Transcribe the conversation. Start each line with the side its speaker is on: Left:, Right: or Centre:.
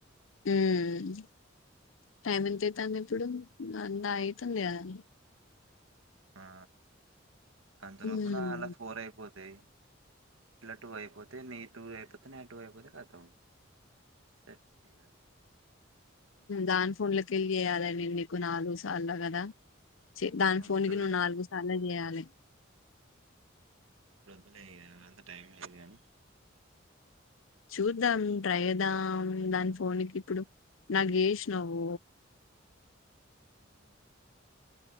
Left: మ్ టైం ఎంత అయితది ఇప్పుడు నా అవుతుంది అదా
Right: ఆ అంతలోపల
Left: ఉమ్
Right: అలా ఫోర్ అయిపోతాయి ఇలా టూ అయిపోతే నీ టూ అయిపోతే నే టూ అయిపోతే రాత్ సరి పై ఇక
Left: దాని ఫోన్లకి ఎళ్ళి చేయ్యాలి నేను నీకు నాలుగు సార్లు కదా దాని
Right: వద్దులే
Left: ఫోకి నువ్వు నాలుగు సార్లు జెయాలి
Right: వద్లే ఇగ అంత టైం లేదుగాను
Left: చూద్దాం ట్రై చేద్దాం దాని ఫోన్కి ఇప్పుడు దానికి ఎష్ణవ్
Right: గని